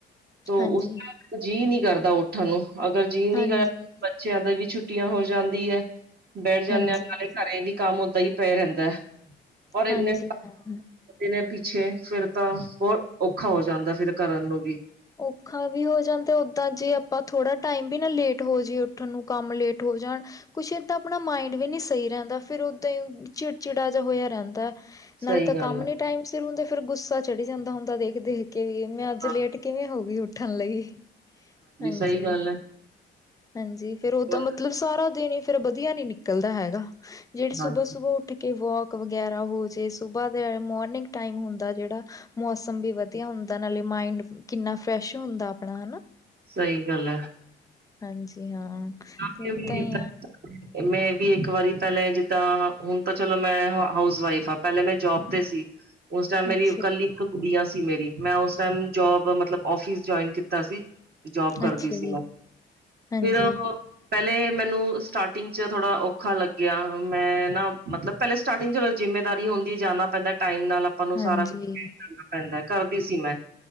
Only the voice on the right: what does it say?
ਤ
ਉਸਦਾ ਜੀਅ ਨਹੀਂ ਕਰਦਾ, ਉੱਠਣ ਨੂੰ ਅਗਰ ਜੀਅ ਨਹੀਂ
ਕਰਦਾ। ਬੱਚਿਆਂ ਦਾ ਵੀ ਛੁੱਟੀਆਂ ਹੋ ਜਾਂਦੀ ਹੈ ਬੈਠ ਜਾਂਦੇ
ਹੈ, ਨਾਲੇ ਘਰੇ ਵੀ, ਕੰਮ ਓਦਾਂ ਹੀ ਪੈ ਰਹਿੰਦਾ ਔਰ
ਇੰਨੇ
ਨੇ ਪਿੱਛੇ ਫੇਰ ਤਾਂ ਬਹੁਤ ਔਖਾ ਹੋ ਜਾਂਦਾ ਫਿਰ ਕਰਨ ਨੂੰ ਵੀ,
ਸਹੀ
ਗੱਲ
ਹੈ
ਹਾਂ
ਸਹੀ ਗੱਲ ਹੈ
ਹੁਣ
ਹਾਂਜੀ
ਸਹੀ ਗੱਲ ਹੈ।
<unintelligible>
ਮੈਂ ਵੀ ਇੱਕ ਵਾਰੀ ਪਹਿਲੇ ਜਿੱਦਾਂ ਹੁਣ ਤਾਂ ਚਲੋ ਮੈਂ ਹਾਊਸ ਵਾਈਫ ਆ। ਪਹਿਲੇ ਮੈਂ ਜੋਬ ਤੇ ਸੀ, ਉਸ ਟਾਈਮ ਮੇਰੀ
ਇਕੱਲੀ
ਕੁੜੀਆਂ ਸੀ ਮੇਰੀ ਮੈਂ ਉਸ ਟਾਈਮ ਜੋਬ ਮਤਲਬ ਫਿਸ ਜੁਆਇਨ ਕੀਤਾ ਸੀ। ਜੋਬ ਕਰਦੀ
ਸੀ
ਮੈਂ
ਫਿਰ ਪਹਿਲੇ ਮੈਨੂੰ ਸਟਾਰਟਿੰਗ ਚ ਥੋੜਾ ਔਖਾ ਲੱਗਿਆ ਮੈਂ ਨਾ ਮਤਲਬ ਪਹਿਲੇ ਸਤਾਰਟਿੰਗ ਚਲੋਂ ਜ਼ਿੰਮੇਦਾਰੀ ਹੁੰਦੀ ਹੈ ਜਾਨਾ ਪੈਂਦਾ ਟਾਈਮ ਨਾਲ ਤੁਹਾਨੂੰ
ਸਾਰਾ ਕੁਛ ਫੀਲ ਕਰਨਾ ਪੈਂਦਾ ਕਰਦੀ ਸੀ ਮੈਂ,